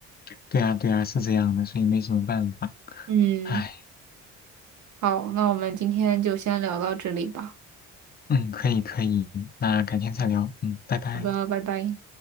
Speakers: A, on the left; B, on the right.
A: 对啊对啊，是这样的，所以没什么办法。
B: 嗯，
A: 唉，
B: 好，那我们今天就先聊到这里吧。
A: 嗯，可以可以，那改天再聊。嗯，拜拜。
B: 好的，拜拜。